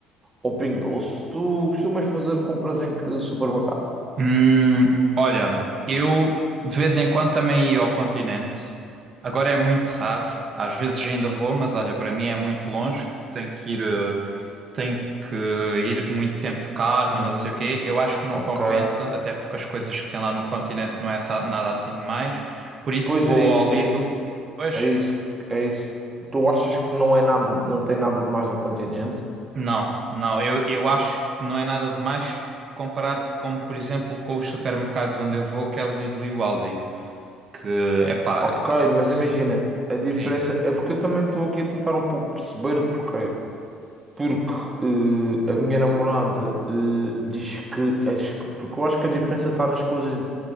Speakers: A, on the right (about 25°); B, on the right (about 45°).
A: ao Pingo Doce. Tu costumas fazer compras em que supermercado?
B: Hum, olha, eu de vez em quando também ia ao continente. Agora é muito raro. Às vezes ainda vou, mas olha, para mim é muito longe porque tenho que ir, eh, tenho que ir muito tempo de carro
A: Hum,
B: e não sei o quê. Eu acho que não
A: ok.
B: compensa, até porque as coisas que tem lá no continente não é sa- nada assim demais. Por isso
A: Pois
B: vou
A: é isso,
B: ao Lidl.
A: é isso,
B: Pois,
A: é isso, é isso. Tu achas que não é nada, não tem nada de mais no continente?
B: Não, não, eu, eu acho que não é nada de mais comparado com, por exemplo, com os supermercados onde eu vou, que é o Lidl e o Aldi, que, epá,
A: Ok,
B: é
A: mas
B: se-
A: imagina, a diferença
B: Sim.
A: é porque eu também estou aqui a tentar um pouco perceber porquê. Porque eh, a minha namorada eh, diz que as- porque eu acho que a diferença está nas coisas